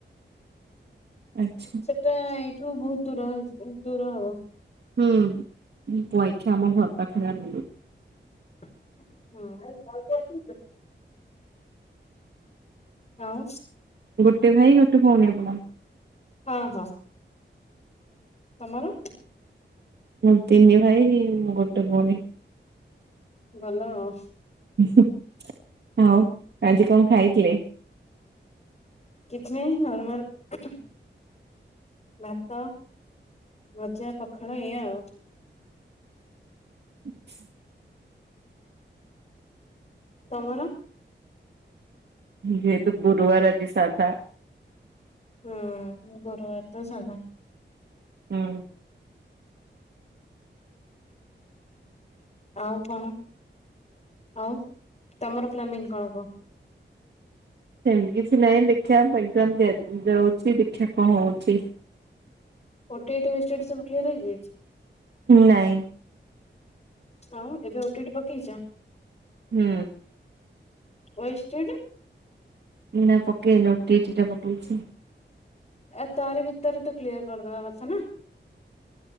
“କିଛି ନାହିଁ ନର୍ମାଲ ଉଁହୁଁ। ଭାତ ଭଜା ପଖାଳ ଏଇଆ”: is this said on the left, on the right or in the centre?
Left